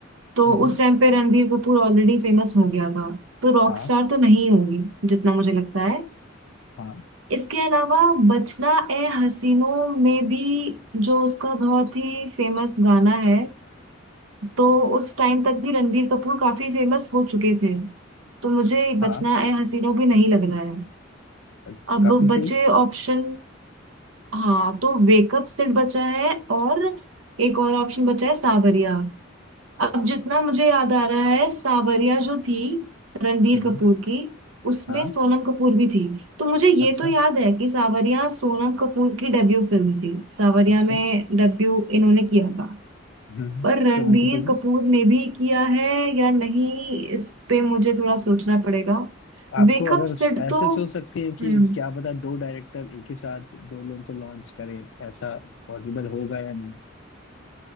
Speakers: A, on the right (about 85°); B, on the left (about 70°).
A: तो
B: हम्म
A: उस टाइम पे रणबीर कपूर ऑलरेडी फेमस हो गया था तो रॉकस्टार
B: हाँ
A: तो नहीं होगी जितना मुझे लगता है
B: हाँ
A: इसके अलावा बचना ए हसीनों में भी जो उसका बहुत ही फेमस गाना है तो उस टाइम तक भी रणबीर कपूर काफी फेमस हो चुके थे तो मुझे
B: हाँ
A: बचना ए हसीनों भी नहीं लग रहा है
B: अ,
A: अब
B: काफी
A: बचे
B: सही
A: ऑप्शन हाँ तो वेकअप सिर्फ बचा है और एक और ऑप्शन बचा है सावरिया अब जितना मुझे याद आ रहा है सावरिया जो थी रणबीर
B: हम्म
A: कपूर की उसमें
B: हाँ
A: सोनम कपूर भी थी तो मुझे ये
B: अच्छा
A: तो याद है कि सावरिया सोनम कपूर की डेब्यू फिल्म थी सावरिया
B: अच्छा
A: में डेब्यू इन्होंने किया था
B: हम्म
A: पर रणबीर
B: सोनम कपूर की
A: कपूर ने भी किया है या नहीं इस पे मुझे थोड़ा सोचना पड़ेगा
B: आपको
A: वेकअप
B: अगर
A: सिड
B: ऐसे
A: तो
B: सोच सकते हैं कि
A: हम्म
B: क्या पता दो डायरेक्टर एक ही साथ दो लोगों को लॉन्च करें ऐसा पॉसिबल होगा या नहीं